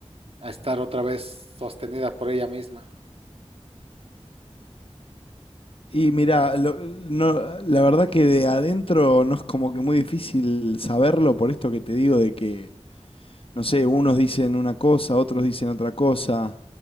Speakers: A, on the right; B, on the left.
A: a estar otra vez sostenida por ella misma.
B: Y mira, no, la verdad que de adentro no es como que muy difícil saberlo por esto que te digo de que no sé, unos dicen una cosa, otros dicen otra cosa,